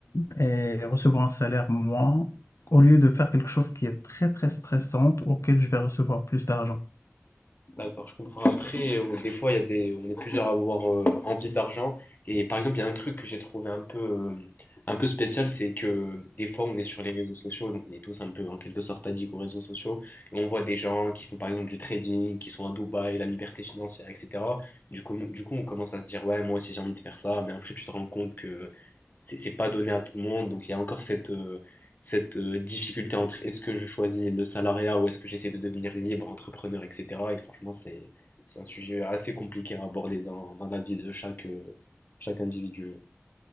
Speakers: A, on the left; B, on the left.
A: et, et recevoir un salaire moins, au lieu de faire quelque chose qui est très, très stressant, auquel je vais recevoir plus d'argent.
B: D'accord, je comprends. Après, euh, des fois, il y a des, on est plusieurs à avoir euh, envie d'argent. Et par exemple, il y a un truc que j'ai trouvé un peu, euh, un peu spécial, c'est que des fois, on est sur les réseaux sociaux, donc on est tous un peu en quelque sorte addicts aux réseaux sociaux. Et on voit des gens qui font par exemple du trading, qui sont à Dubaï, la liberté financière, etc. Du coup, du coup, on commence à se dire, ouais, moi aussi j'ai envie de faire ça. Mais après, tu te rends compte que c'est c'est pas donné à tout le monde. Donc, il y a encore cette, euh, cette euh, difficulté entre est-ce que je choisis le salariat ou est-ce que j'essaie de devenir libre, entrepreneur, etc. Et franchement, c'est c'est un sujet assez compliqué à aborder dans, dans la vie de chaque, euh, chaque individu.